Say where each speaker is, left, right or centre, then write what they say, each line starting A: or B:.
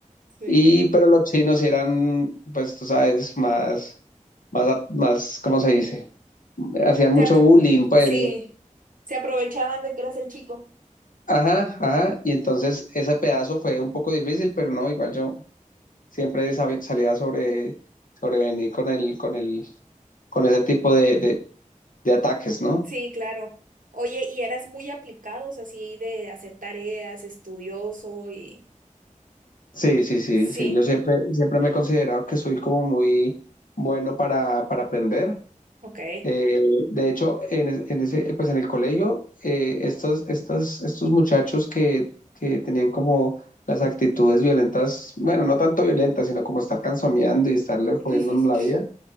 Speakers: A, on the right; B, on the left.
A: Sí.
B: Y, pero los chinos sí eran, pues tú sabes, más, más, a- más, ¿cómo se dice? Hacían mucho
A: Se apro-
B: bullying, pues.
A: sí, se aprovechaban de que eras el chico.
B: Ajá, ajá. Y entonces ese pedazo fue un poco difícil, pero no, igual yo siempre sabe- salía sobre, sobrevenir con el, con el, con ese tipo de, de, de ataques, ¿no?
A: Sí, claro. Oye, y eras muy aplicados así de hacer tareas, estudioso y...
B: Sí, sí, sí,
A: Sí,
B: sí. Yo siempre, siempre me he considerado que soy como muy bueno para, para aprender.
A: ok.
B: Eh, de hecho, en, es- en ese, pues en el colegio, eh, estos, estas- estos muchachos que, que tenían como las actitudes violentas, bueno, no tanto violentas, sino como estar canzoneando y estarle
A: <laughs>
B: jodiendo a uno la vida,